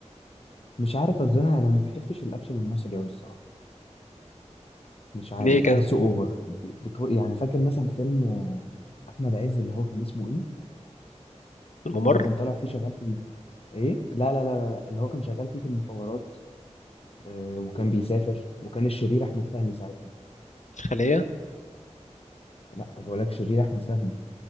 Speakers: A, on the left; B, on the left.
A: مش عارف أصل أنا أنا ما بحبش الأكشن المصري أوي الصراحة مش عارف
B: ليه كده؟
A: بحسه أوفر ب- بتو... يعني فاكر مثلا فيلم أحمد عز اللي هو كان اسمه إيه؟
B: الممر
A: اللي هو كان طالع فيه شغال في المخ... إيه؟ لا لا لا لا لا، اللي هو كان شغال فيه في المخابرات آه وكان بيسافر وكان الشرير أحمد فهمي ساعتها
B: الخلية
A: لا بقول لك الشرير أحمد فهمي